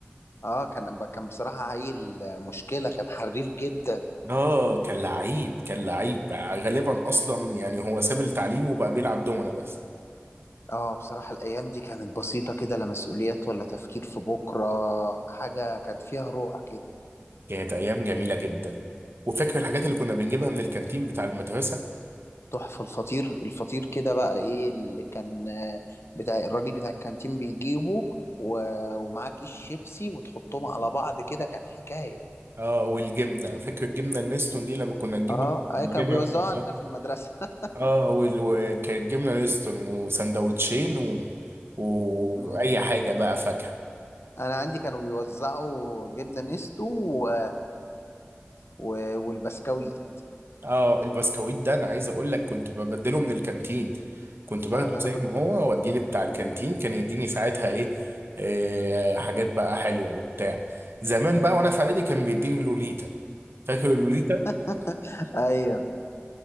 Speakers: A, on the left (about 75°); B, on the right (about 65°).
A: اه كان كان بصراحة عيل مشكلة كان حريف جدا
B: اه كان لعيب كان لعيب بقى غالبا اصلا يعني هو ساب التعليم وبقى بيلعب دومنا بس
A: اه بصراحة الأيام دي كانت بسيطة كده لا مسؤوليات ولا تفكير في بكرة حاجة كان فيها روح كده
B: كانت ايام جميله جدا وفاكر الحاجات اللي كنا بنجيبها من الكانتين بتاع المدرسه
A: تحفة الفطير الفطير كده بقى ايه اللي كان آه، بتاع الراجل بتاع الكانتين بيجيبه و... ومعاه كيس شيبسي وتحطهم على بعض كده كان حكاية
B: اه والجبنه فاكر الجبنه النستون دي لما كنا نجيبه
A: اه
B: كنا
A: اي
B: نجيبها
A: كانوا بيوزعوا
B: من الكانتين
A: علينا في المدرسة <laughs>
B: اه وال- وكانت جبنه نستون وسندوتشين و... واي
A: مم.
B: حاجه بقى فاكهه
A: انا عندي كانوا بيوزعوا جبنة نستو و... و... والبسكويت
B: اه البسكويت ده انا عايز اقول لك كنت ببدله من الكانتين كنت باخده
A: أ-
B: زي
A: انا كنت
B: ما هو واديه بتاع الكانتين كان يديني ساعتها ايه آه حاجات بقى حلوه وبتاع زمان
A: مم.
B: بقى وانا في اعدادي كان بيديني لوليتا فاكر اللوليتا
A: <laughs> ايوه